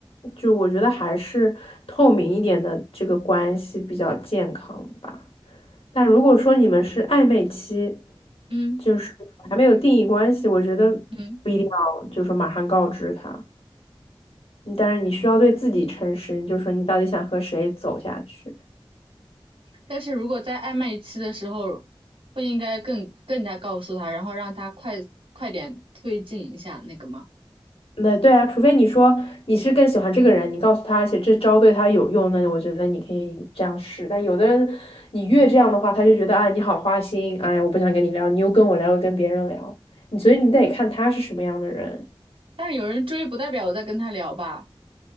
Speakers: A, on the left; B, on the right.
A: 就我觉得还是透明一点的这个关系比较健康吧。但如果说你们是暧昧期，
B: 嗯。
A: 就是还没有定义关系，我觉得
B: 嗯。
A: 不一定要就说马上告知他，但是你需要对自己诚实，你就说你到底想和谁走下去。
B: 但是如果在暧昧期的时候，不应该更更加告诉他，然后让他快快点推进一下那个吗？
A: 那对啊，除非你说你是更喜欢这个人，你告诉他，而且这招对他有用，那我觉得你可以这样试。但有的人，你越这样的话，他就觉得，哎，你好花心，哎，我不想跟你聊，你又跟我聊，又跟别人聊，你所以你得看他是什么样的人。
B: 但是有人追，不代表我在跟他聊吧。